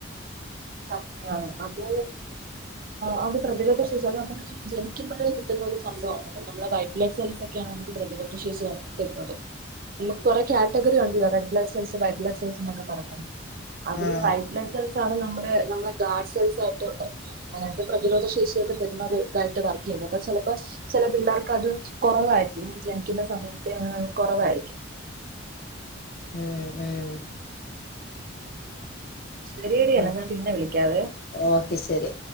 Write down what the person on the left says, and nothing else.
ആഹ്
ഉം ഉം
ആഹ്
ഓക്കെ ശരി